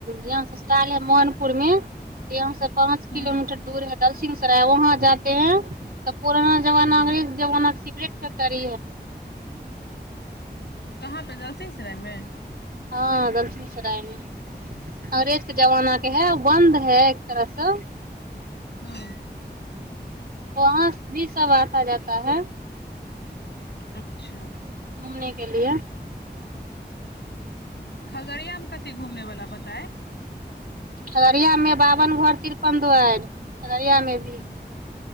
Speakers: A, on the right (about 55°); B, on the left (about 75°).
A: यहाँ ससुराले है मोहनपुर में यहाँ से पाँच
B: हूँ
A: किलोमीटर दूर है दलसिंहसराय वहाँ जाते हैं त पुरानना जमाना
B: हूँ
A: अंग्रेज जमानाक ट तर
B: कहाँ पे दलसिंहसरायमे
A: हँ दलसिंसरायमे अंग्रेजके जमानाे है बन्द है एक तरहसँ
B: हँ
A: वहाँ भी सब आता जाता है
B: अच्छा
A: घूमने के लिए
B: खगड़ियामे कथि घुमने वलाा बताए
A: खगरियामे बाबन भोर तिरपन दुआर खगरियामे भी